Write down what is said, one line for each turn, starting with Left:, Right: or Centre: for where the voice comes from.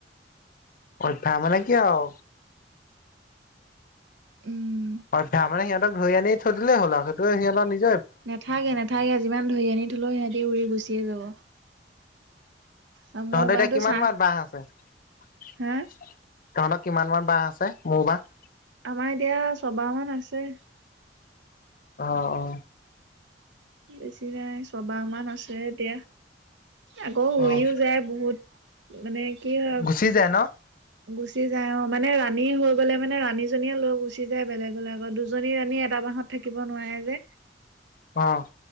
Left: অভ্যাস মানে কি আও
Right: উম।
Left: অভ্যাস মানে সিহঁতক ধৰি আনি থৈ দিলে হ'ল আৰু সেইটো সিহতঁ <unintelligible>
Right: নাথাকে-নাথাকে। যিমান ধৰি আনি থ'লেও সিহঁতি উৰি গুচিয়ে যাব। আৰু মোৰ
Left: তহঁতৰ এতিয়া,
Right: বাহতো
Left: কিমান
Right: চাহ
Left: মান বাহ আছে? তহঁতৰ
Right: হা
Left: কিমান মান বাহ আছে? মৌ বাহ?
Right: আমাৰ এতিয়া, ছবাহমান আছে।
Left: অ', অ'।
Right: বেছি নাই, ছবাহমান আছে এতিয়া আকৌ,
Left: অ'
Right: উৰিও যায়। বহুত মানে কি হয়
Left: গুচি যায় ন?
Right: গুচি যায় অ, মানে ৰাণী হৈ গ'লে মানে, ৰাণীজনীয়ে লৈ গুচি যায় বেলেগলে, আকৌ দুজনী ৰাণী এটা বাহত থাকিব নোৱাৰে যে।
Left: অ'।